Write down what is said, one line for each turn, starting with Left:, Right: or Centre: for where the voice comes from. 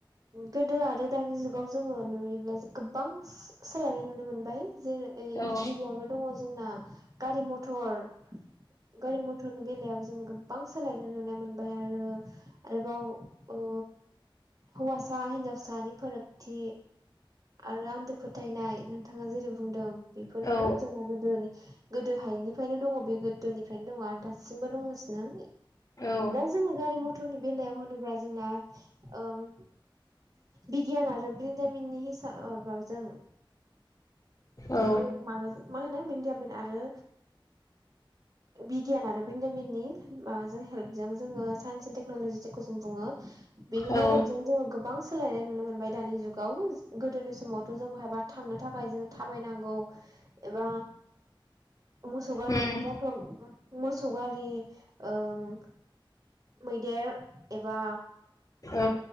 Right: गोदो आरो दानि जुगाव जोङो नुयोब्ला गोबां सो-सोलायनाय नुनो मोनबाय। जेरै
Left: औ
Right: गिबियावनो दङ जोंना गारि मथर गारि मथरनि बेलायाव जों गोब बां सोलायनो नुनाय मोनबाय आरो आरोबाव ओ हौवास सा हिनजावसानि फोरागथि आरो आन्दो फोथायनाय नोंथाङा जेरै बुंदों बेफोरनो
Left: औ
Right: जोंना गोदोनि गोदो हायिनिफ्रायनो दङ बे गोदोनिफ्रायनो दङ आरो दासिमबो दंगासिनो
Left: औ
Right: दा जोङो गारि मथरनि बेलायाव होनोब्ला जोंना ओम बिगियान आरो बिरोंदामिननि हिसा बावजों <inaudible>
Left: औ
Right: मा होनो <unintelligible> आरो बिगियान आरो बिरोंदामिननि माबाजों हेल्पजों जोङो साइन्स एन्ड टेक्न'लजि जेखौ जों बुङो। बेनि
Left: औ
Right: मददजों जोङो गोबां सोलायनाय नुनो मोन बाय दानि जुगाव गोदोनि समावथ' जों बहायबा थांनो थाखाय जों थाबायनांगौ एबा मोसौ‌ गारि
Left: उम
Right: म मोसौ गारि ओं मैदेर एबा
Left: औ